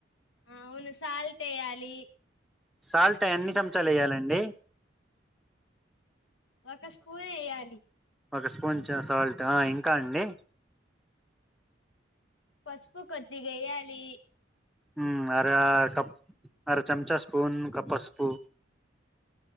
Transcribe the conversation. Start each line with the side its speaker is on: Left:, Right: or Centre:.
Left: అవును సాల్ట్ వేయాలి
Centre: సాల్ట్ ఎన్ని చంచాలు వేయాలండి
Left: ఒక స్పూన్ వేయాలి
Centre: ఒక స్పూన్ సాల్ట్ ఆ ఇంకా అండి
Left: పసుపు కొద్దగ వేయ్యాలి
Centre: ఉమ్ అర కప్ అర చెంచ స్పూన్ కప్ పసుపు